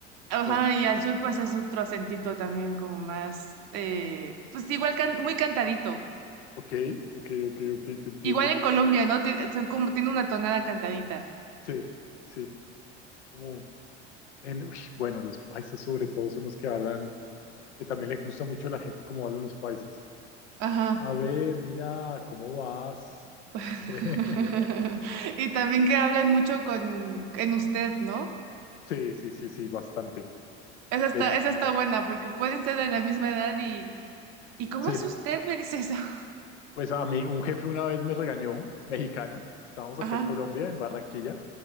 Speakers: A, on the right; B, on the left.
A: ajá,
B: Y al
A: y al sur pues es otro acentito también como más, eh, pues igual can- muy cantadito.
B: Ok, ok, ok, ok, te entiendo.
A: Igual en Colombia, ¿no? Tien- son como, tiene una tonada cantadita.
B: Sí, sí. Como en, uy, bueno, los paisas sobre todo son los que hablan, que también le gusta mucho a la gente cómo hablan los paisas.
A: Ajá.
B: A ver, mira, ¿cómo vas?
A: <laughs>
B: <laughs>
A: Y también que hablan mucho con en usted, ¿no?
B: Sí, sí, sí, sí, sí, bastante.
A: Esa está,
B: De hecho,
A: esa está buena, porque pueden ser de la misma edad y, ¿y cómo
B: sí.
A: es usted? Me dice eso. <laughs>
B: Pues a mí un jefe una vez me regañó, mexicano. Estábamos acá
A: Ajá,
B: en Colombia, en Barranquilla,